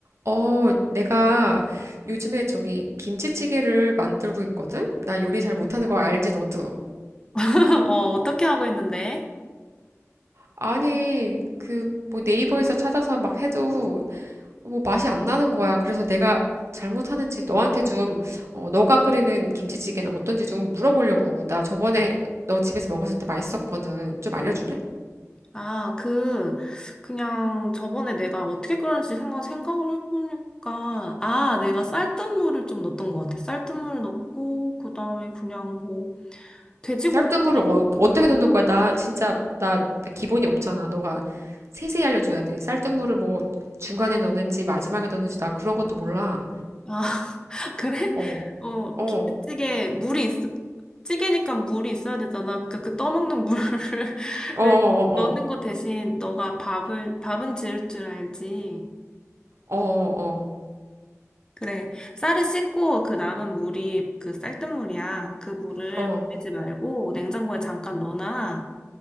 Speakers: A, on the right; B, on the left.
A: 어, 내가 요즘에 저기 김치찌개를 만들고 있거든? 나 요리 잘 못하는 거 알지, 너도?
B: <laughs> 어, 어떻게 하고 있는데?
A: 아니, 그, 뭐 네이버에서 찾아서 막 해도 뭐 맛이 안 나는 거야. 그래서 내가 잘못하는지 너한테 좀, 어, 너가 끓이는 김치찌개는 어떤지 좀 물어보려고. 나 저번에 너 집에서 먹었을 때 맛있었거든. 좀 알려줄래?
B: 아, 그, 그냥 저번에 내가 어떻게 끓였는지 생각, 생각을 해보니까, 아, 내가 쌀뜨물을 좀 넣었던 것 같아. 쌀뜨물 넣고, 그 다음에 그냥 뭐, 돼지고기,
A: 쌀뜨물을 어, 떻게 넣는 거야? 나 진짜 나나 기본이 없잖아. 너가 세세히 알려줘야 돼. 쌀뜨물을 뭐 중간에 넣는지 마지막에 넣는지 나 그런 것도 몰라.
B: 아, <laughs> 그래?
A: 어,
B: 어,
A: 어,
B: 김치찌개, 물이 있, 찌개니까 물이 있어야 되잖아. 그러니까 그 떠먹는 물을 <laughs>
A: 어, 어,
B: 넣는
A: 어,
B: 거 대신 너가 밥을, 밥은 지을 줄 알지.
A: 어, 어,
B: 그래. 쌀을 씻고 그 남은 물이 그 쌀뜨물이야. 그 물을
A: 어, 어,
B: 버리지 말고 냉장고에 잠깐 넣어놔.